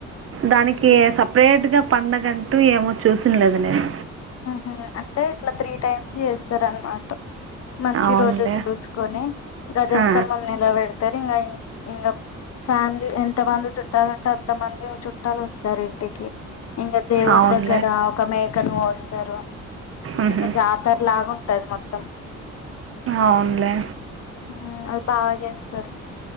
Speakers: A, on the left; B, on the right.
A: ఆ
B: దానికి సపరేట్ గా పండగంటూ ఏమో చూసినలేదు నేను
A: హ అంటే ఇట్లా త్రీ టైమ్స్ చేస్తారు అన్నమాట మంచి
B: అవునులే
A: రోజులు చూసీ కొని గజస్తంభం
B: ఆ
A: నిలా పెడతారు ఇంకా ఇంకా ఫ్యామిలీ ఎంత మంది చుట్టాలూన్టే అంతమంది చుట్టాలు వస్త ఇంటికి ఇంకా దేవుడి
B: అవునులే
A: దగ్గర ఒక మేకను కోస్తారు
B: ఉహు
A: ఇంకా జాతర లాగా ఉంటది మొత్తం
B: అవునులే
A: ఉమ్, అది బాగా చేస్తారు